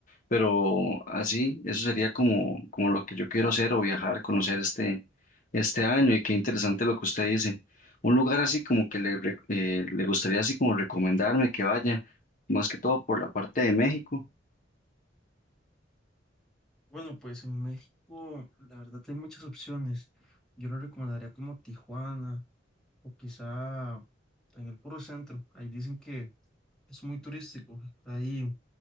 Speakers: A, on the left (about 45°); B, in the centre.
A: Pero así, eso sería como, como lo que yo quiero hacer o viajar, conocer este, este año y qué interesante lo que usted dice. Un lugar así como que le, re- eh, le gustaría así como recomendarme que vaya, más que todo por la parte de México
B: Bueno, pues en México, la verdad, hay muchas opciones. Yo lo recomendaría como Tijuana o quizá en el puro centro. Ahí dicen que es muy turístico. Hay